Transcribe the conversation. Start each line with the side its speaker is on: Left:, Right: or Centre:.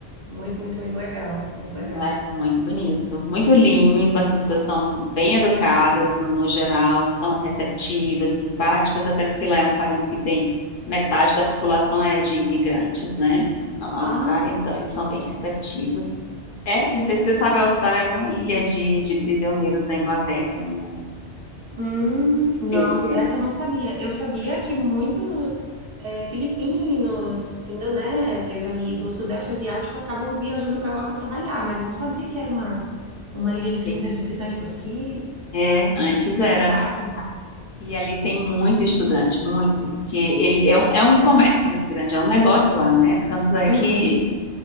Right: muito, muito, muito legal. Muito legal.
Left: Lá é muito bonito, muito limpo, as pessoas são bem educadas no, no geral, são receptivas, simpáticas, até porque lá é um país que tem metade da população é de imigrantes, né? Lá Na Austrália,
Right: Ah,
Left: então eles são bem receptivos. É,
Right: que
Left: não sei
Right: legal.
Left: se você sabe, a Austrália era uma ilha de, de prisioneiros da Inglaterra, e aí,
Right: Hum, não,
Left: eu que é.
Right: dessa eu não sabia. Eu sabia que muitos eh, filipinos, indonésios ali do Sudeste Asiático acabam viajando para lá para trabalhar, mas eu não sabia que era uma, uma ilha de prisioneiros
Left: Sim.
Right: britânicos. Que,
Left: É, antes era.
Right: de fato.
Left: E ali tem muito estudante, muito, porque ele é um, é um comércio muito grande, é um negócio lá, né? Tanto é
Right: Uhum,
Left: que